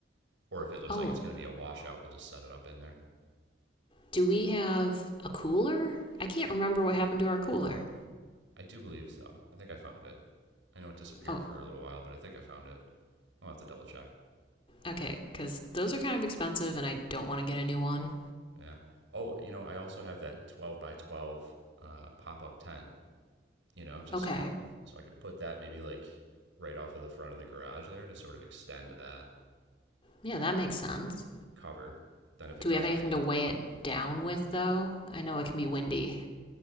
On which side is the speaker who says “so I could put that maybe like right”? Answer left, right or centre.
Right